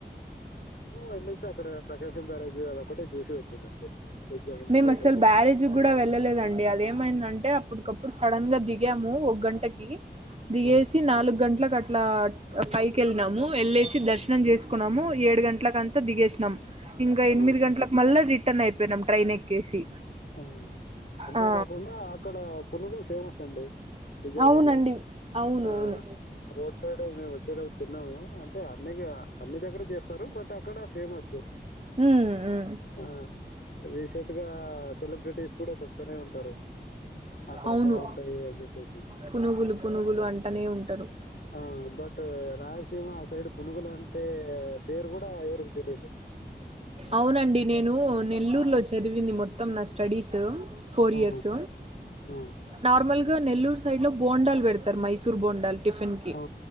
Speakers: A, on the left; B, on the right.
A: వెళ్ళింది అక్కడ ప్రకాశం బ్యారేజ్ అదొకటి చూసి వచ్చింది అంతే ఎగ్జామ్ ఉందని
B: మేము
A: వెళ్ళేసి
B: అసలు
A: వచ్చినం
B: బ్యారేజీ కూడా వెళ్ళలేదండి. అదేమైందంటే అప్పుటికప్పు ఇప్పుడు సడన్ గా దిగాము ఒక గంటకి దిగేసి
A: ఆ
B: నాలుగు గంటలు అట్లా ఇట్లా పైకి వెళ్ళినాము వెళ్ళేసి దర్శనం చేసుకున్నాము. ఏడు గంటలకంతా దిగేసినాము. ఇంకా
A: ఆ
B: ఎనిమిది గట్లకి మళ్ళ ది రీటన్ అయిపోయినాం. ట్రైన్ ఎక్కేసి
A: ఆ అంతేకాకుండా
B: ఆ
A: అక్కడ పునుగులు ఫేమస్ అండి. విజయవాడలో
B: అవునండి అవును
A: ఆ
B: అవును
A: రోడ్ సైడ్ మేము పోయేటప్పుడు తిన్నాము. అంటే అన్ని అన్ని దగ్గర చేస్తారు. బట్ అక్కడ ఫేమస్
B: ఉమ్ ఉమ్
A: ఆ రీసెంట్ గా ఒట్టేసి కూడా చెప్తూనే ఉంటారు. అక్కడ
B: అవును
A: బాగుంటాయి. అని చెప్పేసి
B: పునుగులు పునుగులు అంటనే ఉంటారు
A: ఆ బట్ రాయలసీమ సైడ్ పునుగులు అంటే పేరు కూడా ఎవరికి తెలిదు
B: అవునండి నేను నెల్లూరు లో చదివింది మొ మొత్తం నా స్టడీస్ ఫోర్
A: ఆ
B: ఇయర్స్
A: ఆ
B: నార్మల్ ఇ నెల్లూరు సైడ్ లో బోండాల్ పెడతారు. మైసూర్ బోండాల్ టిఫన్కి
A: ఆ